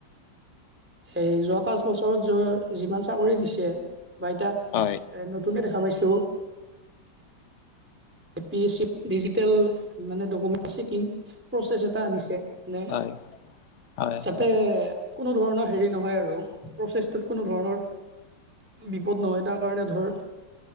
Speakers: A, in the centre; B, on the left (about 55°).
A: এই যোৱা পাঁচ বছৰত যৰ যিমান চাকৰি দিছে বা ইটা
B: হয়।
A: নতুনে দেখা পাইছো A P S C digital মানে ডকুমেণ্ট চেকিং প্ৰচেছ এটা আনিছে নে
B: হয় হয়
A: যাতে
B: হয়
A: কোনো ধৰণৰ হেৰি নহয় আৰু প্ৰচেছটোত কোনো ধৰণৰ বিপদ নহয়, তাৰ কাৰণে ধৰ